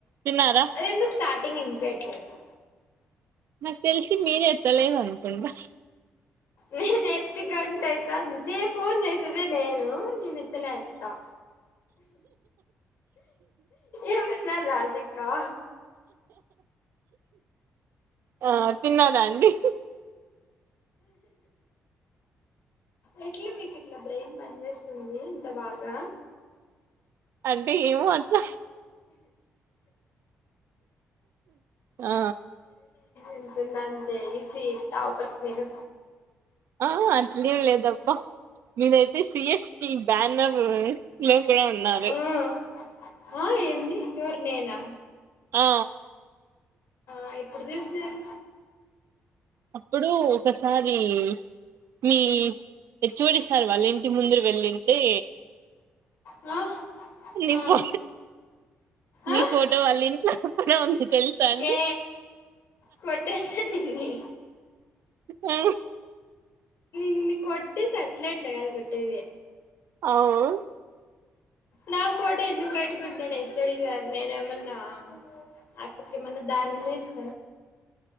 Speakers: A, on the right; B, on the left.
A: తిన్నారా
B: అరె ఎందుకు స్టార్ట్ టింగిన్పియట్లేదా
A: నాక్ తెల్సి మీరెత్తలేదనుకుంటా
B: నేనెత్తి గంటైతాంది చేశ్ ఫోన్ జేశేదే నేనూ నేనెత్తలే అంటా ఏమ న్నా లాజిక్కా
A: ఆ తిన్నారా అండి
B: ఎట్ల మీకిట్ల బ్రెయిన్ పన్జేస్తుందీ ఇంత బాగా
A: అంటె ఏమో అట్ల ఆ
B: ఎంతున్నా అంతే ఈసీ టాపర్స్ మీరు
A: ఆ అట్లేం లేదబ్బ మీరైతే సిహెస్టి బ్యానర్ ఫ్టే ఉన్నారు
B: మ్మ్ ఆ యేంది ఎవర్ నేనా
A: ఆ
B: ఆ ఎప్పుడు జూస్నారు
A: అప్పుడూ ఒకసారీ మీ హెచ్ వోడి సార్ వాళ్లింటి ముందుర వెళ్ళింటే
B: ఆ
A: నీ
B: ఆ
A: ఫో మీ
B: ఆ
A: ఫోటో వాళ్లింట్లో కూడా ఉంది తెలుసా అండి
B: ఏ కొట్టేస్తా నిన్నీ
A: ఆ
B: నిన్ని కొట్టేస్తే అట్లా ఇట్ల గాదు కొట్టేదీ
A: అవు
B: నా ఫోటో ఎందుక్ వెతుకుంటాడే హేషోడి జార్ నేను ఏమన్నా ఆ అప్పక ఏమన్నా దానం జేస్